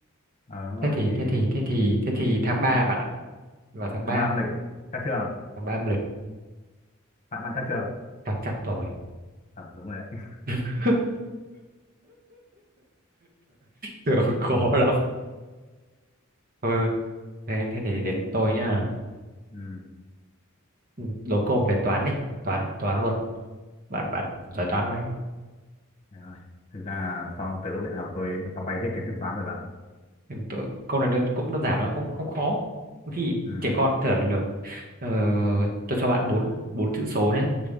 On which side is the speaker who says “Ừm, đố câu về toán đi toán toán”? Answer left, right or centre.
Right